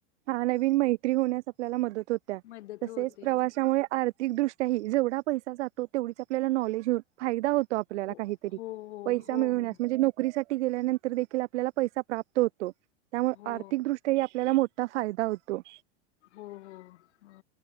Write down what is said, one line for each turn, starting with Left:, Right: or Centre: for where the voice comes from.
Right: हा नवीन मैत्री होण्यास आपल्याला मदत होत
Left: मदत
Right: तसेच
Left: होते
Right: प्रवासामुळे आर्थिकदृष्ट्याही जेवढा पैसा जातो. तेवढीच आपल्याला नॉलेज होऊन फायदा होत -- तो आपल्याला
Left: हो
Right: काहीतरी
Left: हो
Right: पैसा
Left: हो
Right: मिळवण्यास
Left: हो
Right: म्हणजे नोकरी सा -- गेल्यानंतर देखील आपल्याला पैसा प्राप्त होतो. त्यामुळे
Left: हो
Right: आर्थिकदृष्ट्याही आपल्याला मोठा फायदा होतो
Left: हो हो हो